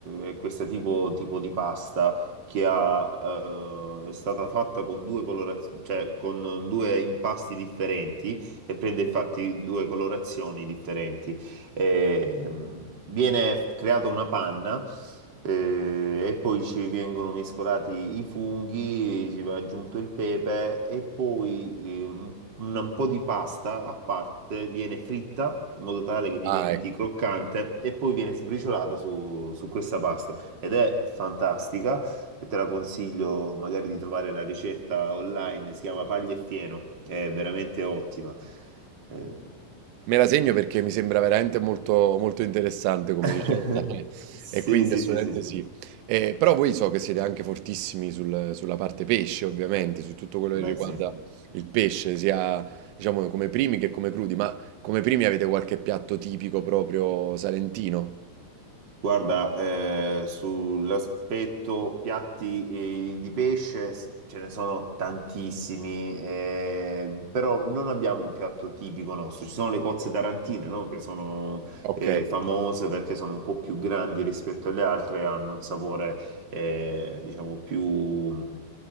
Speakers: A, on the right; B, on the right.
A: eh, è questo tipo, tipo di pasta che ha, eh, è stata fatta con due colorazioni, cioè con due impasti differenti e prende infatti due colorazioni differenti. E, ehm, viene creata una panna eh, e poi ci vengono mescolati i funghi, ci va aggiunto il pepe e poi eh, un un un po' di pasta a parte viene fritta in modo tale che diventi
B: Ah, ecco.
A: croccante e poi viene sbriciolata su, su questa pasta ed è fantastica e te la consiglio magari di trovare la ricetta online, si chiama Paglia e Fieno, è veramente ottima. Eh,
B: Me la segno perché mi sembra veramente molto molto interessante come
A: <laughs>
B: ricetta <laughs>
A: Sì,
B: e quindi
A: sì,
B: assolutamente
A: sì, sì, sì.
B: sì. Ehm, però voi so che siete anche fortissimi sul sulla parte pesce ovviamente, su tutto quello
A: Beh,
B: che riguarda
A: sì.
B: il pesce, sia diciamo come primi che come crudi, ma come primi avete qualche piatto tipico proprio salentino?
A: Guarda, eh, sull'aspetto piatti eh, di pesce s- ce ne sono tantissimi, eh, però non abbiamo un piatto tipico nostro. Ci sono le cozze tarantine, no? Che sono
B: Okay.
A: eh, famose perché sono un po' più grandi rispetto alle altre e hanno un sapore, eh, diciamo, più,